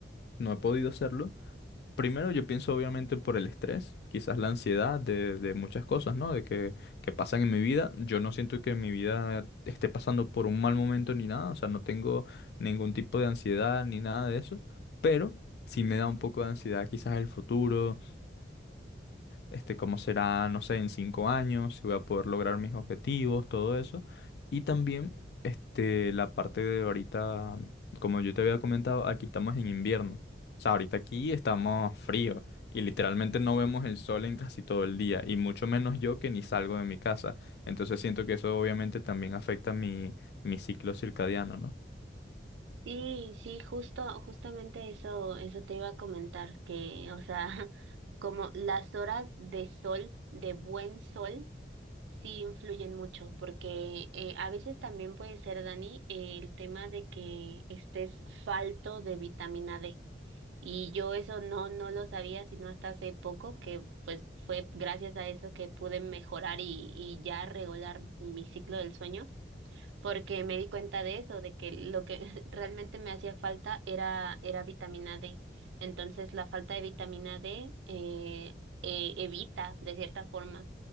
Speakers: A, on the left; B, on the right.
A: no he podido hacerlo Primero yo pienso obviamente por el estrés, quizás la ansiedad de, de muchas cosas, ¿no? De que, que pasan en mi vida. Yo no siento que mi vida esté pasando por un mal momento ni nada, o sea, no tengo ningún tipo de ansiedad ni nada de eso, pero sí me da un poco de ansiedad quizás el futuro, este, cómo será, no sé, en cinco años, si voy a poder lograr mis objetivos, todo eso. Y también, este, la parte de ahorita, como yo te había comentado, aquí estamos en invierno. O sea, ahorita aquí estamos frío y literalmente no vemos el sol en casi todo el día y mucho menos yo que ni salgo de mi casa. Entonces siento que eso obviamente también afecta mi, mi ciclo circadiano, ¿no?
B: sí, sí, justo, justamente eso, eso te iba a comentar, que, o sea, <laughs> como las horas de sol, de buen sol, sí influyen mucho, porque eh, a veces también puede ser, Dani, eh, el tema de que estés falto de vitamina D. Y yo eso no, no lo sabía, sino hasta hace poco, que pues fue gracias a eso que pude mejorar y, y ya regular mi ciclo del sueño porque me di cuenta de eso, de que lo que <laughs> realmente me hacía falta era, era vitamina D. Entonces, la falta de vitamina D eh, eh, evita, de cierta forma,